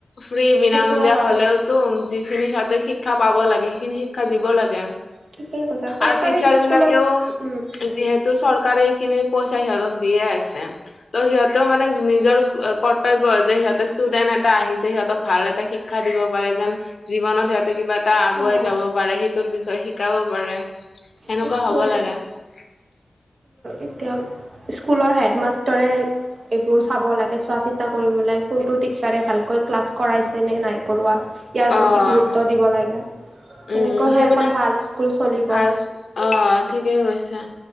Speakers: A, on the left; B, on the right.
A: ফ্ৰী বিনামূলীয়া
B: সেইটোও হয়।
A: হ'লেও, তুম যিখিনি সিহঁতে শিক্ষা পাব লাগে সেইখিনি শিক্ষা দিব লাগে।
B: ঠিকেই কৈছা চৰকাৰী
A: আৰু টিচাৰ
B: স্কুলত
A: বিলাকেও
B: উম,
A: যিহেত চৰকাৰে এইখিনি পইচা সিহঁতক দিয়ে আছে। ত' সিহঁতেও মানে নিজৰ কৰ্ত কৰ্তব্য যে সিহঁতে ষ্টুডেন্ট এটা আহিছে সিহঁতক ভাল এটা শিক্ষা দিব পাৰে যেন জীৱনত সিহঁতে কিবা এটা আগুৱাই
B: অ',
A: যাব পাৰে সেইটোৰ বিষয়ে শিকাব পাৰে। সেনেকুৱা
B: সেইটোৱে
A: হ'ব <unintelligible>
B: এতিয়া স্কুলৰ হেডমাষ্টৰে। এইবোৰ চাব লাগে, চোৱা চিতা কৰিব লাগে কোনটো টিচাৰে ভালকৈ ক্লাছ কৰাইছেনে নাই কৰোৱা, ইয়াৰ
A: অ',
B: প্ৰতি গুৰুত্ব দিব লাগে।
A: উম,
B: তেনেকৈ
A: সেইবিলাক
B: হৈ এখন ভাল স্কুল চলিব।
A: ভাল অ' ঠিকে কৈছা।